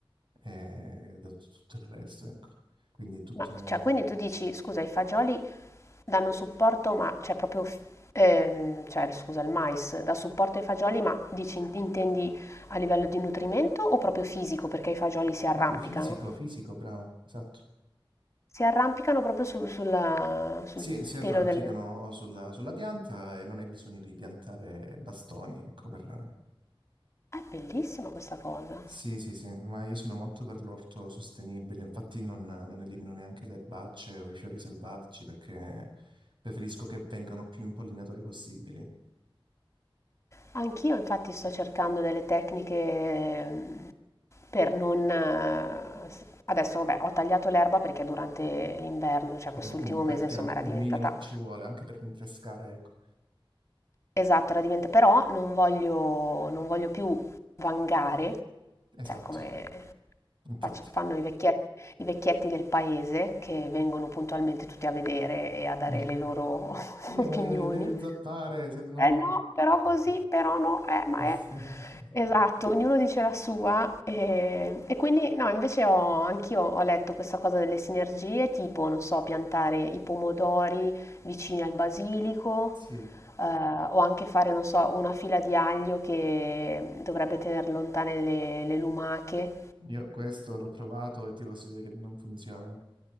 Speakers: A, on the right; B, on the left.
A: e da tut- tutto il resto, ecco. Quindi è tutto...
B: Ma cioè quindi tu dici: "Scusa i fagioli danno supporto ma c'è cioè proprio f" ehm, cioè scusa il mais dà supporto ai fagioli, ma dici in intendi a livello di nutrimento o proprio fisico perché i fagioli si
A: No,
B: arrampicano?
A: fisico, fisico, bravo, esatto.
B: Si arrampicano proprio su sulla sul
A: Sì, si arrampicano
B: pelo del
A: sulla, sulla pianta e non hai bisogno di piantare bastoni, ecco, per,
B: È bellissima questa cosa.
A: Sì, sì, sì, ma io sono molto per l'orto sostenibile, infatti non, non elimino neanche le erbacce o i fiori selvatici perché preferisco che vengano più impollinatori possibili.
B: Anch'io infatti sto cercando delle tecniche mm, per non... eh, s- Adesso vabbè, ho tagliato l'erba perché durante l'inverno, cioè
A: Abbiamo
B: quest'ultimo
A: un,
B: mese,
A: eh, chiaramente
B: insomma, era diventata...
A: un minimo ci vuole anche per rinfrescare, ecco.
B: Esatto, era diventata... Però non voglio, non voglio più vangare,
A: Esatto,
B: cioè come
A: infatti.
B: fac- fanno i vecchietti, i vecchietti del paese che vengono puntualmente tutti a vedere e a dare
A: <laughs>
B: le loro <laughs>
A: Sì,
B: opinioni.
A: ma devi, devi zappare, se no...
B: Eh no, però così, però no, eh, ma
A: <laughs>
B: è... Esatto, ognuno dice la sua e, e quindi no, invece ho, anch'io ho letto questa cosa delle sinergie, tipo, non so, piantare i pomodori vicini al basilico
A: Sì,
B: eh, o anche fare, non so, una fila di aglio che dovrebbe tenere lontane le, le lumache.
A: io questo l'ho provato e ti posso dire che non funziona.